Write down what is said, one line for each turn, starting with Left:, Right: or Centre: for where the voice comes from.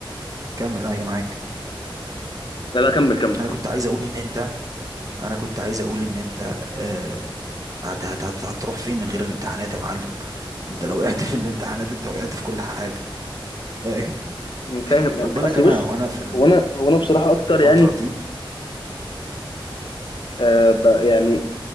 Right: كمل ايوه معاك
Left: لا لا كمل كمل
Right: انا
Left: كمل
Right: كنت عايز اقول ان انت انا كنت عايز اقول ان انت آه، هت- هت- هت- هتروح فين من غير الامتحانات يا معلم انت لو وقعت في الامتحانات انت وقعت في كل حاجه فاهم
Left: فاهم
Right: خد بالك
Left: اصل
Right: انا
Left: بص
Right: وانا في
Left: هو انا هو انا بصراحه اكتر
Right: الفتره
Left: يعني
Right: دي
Left: آه ب... يعني